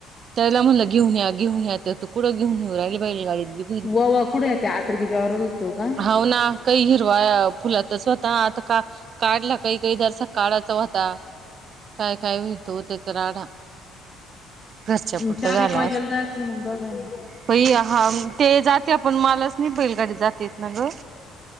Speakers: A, on the right (about 50°); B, on the left (about 20°).
A: त्यायला म्हणल घेऊ घेऊ या तुकडं घेऊ येऊ राहिली बाहिल गाडी बघ-
B: वोवा कुठे येते आता. की तिच्या वावरत असतो का.
A: होना काही हिरवाआहे फुलात होता आता काय काढला काही काही जरसा काढाचा होता काय काय हो तो त्याचा राडा. घरच्या पुरता
B: मग चार
A: झाला
B: एक वाज्याला
A: असता.
B: जायचं मग दोघानी.
A: पई हा ते जाते पण मलाच नाही बैलगाडी जाता येत ना ग.